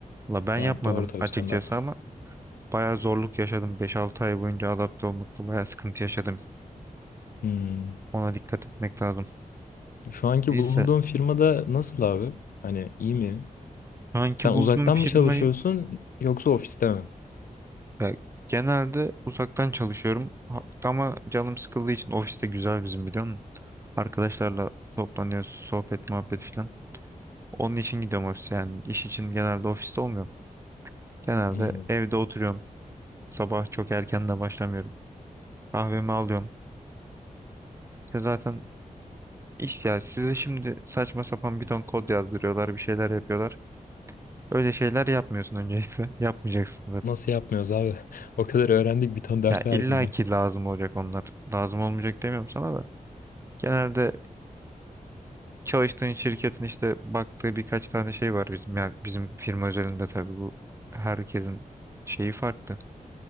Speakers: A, on the right; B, on the left.
A: La ben
B: Ya
A: yapmadım
B: doğru tabii
A: açıkçası
B: sen de haklısın.
A: ama bayağı zorluk yaşadım. beş altı ay boyunca adapte olmakta bayağı sıkıntı yaşadım.
B: Hmm.
A: Ona dikkat etmek lazım.
B: Şu anki
A: Neyse
B: bulunduğun firmada nasıl abi? Hani iyi mi?
A: şu anki
B: Sen
A: bulduğum
B: uzaktan
A: firmayı
B: mı çalışıyorsun yoksa ofiste mi?
A: Ya, genelde uzaktan çalışıyorum Ha- ama canım sıkıldığı için ofiste güzel bizim biliyor musun? Arkadaşlarla toplanıyoruz, sohbet muhabbet filan. Onun için gidiyorum ofise yani iş için genelde ofiste olmuyorum. Genelde
B: Hmm.
A: evde oturuyorum. Sabah çok erken de başlamıyorum. Kahvemi alıyorum. Ya zaten iş ya size şimdi saçma sapan bir ton kod yazdırıyorlar, bir şeyler yapıyorlar. Öyle şeyler yapmıyorsun öncelikle. <laughs> Yapmayacaksın zaten.
B: Nasıl yapmıyoruz abi? <laughs> O kadar öğrendik bir tane ders
A: Ya
B: verdim
A: illa
B: ben.
A: ki lazım olacak onlar. Lazım olmayacak demiyorum sana da. Genelde çalıştığın şirketin işte baktığı birkaç tane şey var bizim yani bizim firma özelinde tabii bu herkesin şeyi farklı.